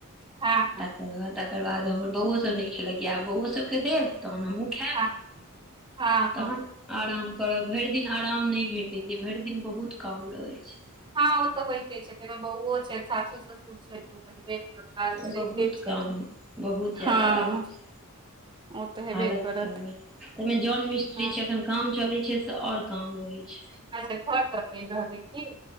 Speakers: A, on the right; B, in the centre.
A: हँ हँ
B: तकर बाद, तकर बाद हमर बौओ सब नय खेलक यऽ। आब बौओ सब के देब, तहन हमहुँ खायब।
A: हँ
B: <inaudible>
A: हँ।
B: तहन
A: हँ
B: आराम करब। भरि दिन आराम नहि भेटय छै। भरि दिन बहुत काम रहै छै।
A: हँ, ओ तऽ होइते छै। तैमे बउवो छै, सासो-ससुर छै, तऽ उ त हेबै करत। काज तऽ रहिते
B: बहुत
A: छै
B: काम, बहुत जादा
A: हँ
B: होय छै।
A: ओ तऽ हेबे
B: हालत
A: करत
B: <unintelligible> ताहि मे जोन-मीस स्त्री
A: हाँ
B: छै। एखन काम चलै छै से और काम रहै छै। हँ,
A: अच्छा घर तर बनि रहलै की